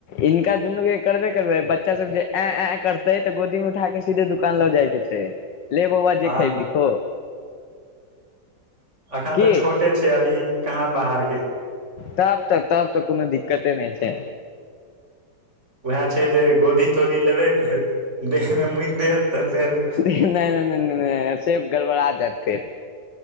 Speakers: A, on the left (about 80°); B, on the right (about 40°).
A: इनका दुनू के करबे करबै बच्चा सब जे एऐ एऐ करतै तऽ गोदी मे उठा के सीधे दुकान लऽ जाय के छै ले बौआ
B: हँ
A: जे खैभी खो
B: अखन
A: की
B: तऽ छोटे छै अभी कहाँ बाहरके
A: तब त तब तऽ कोनो दिक्कते नहि छै
B: उएह छै जे गोदी तोदी लेबै तऽ देहमे मुइत देत तऽ फेर
A: नहि नहि नहि नहि नहि सेप गड़बड़ा जैत फेर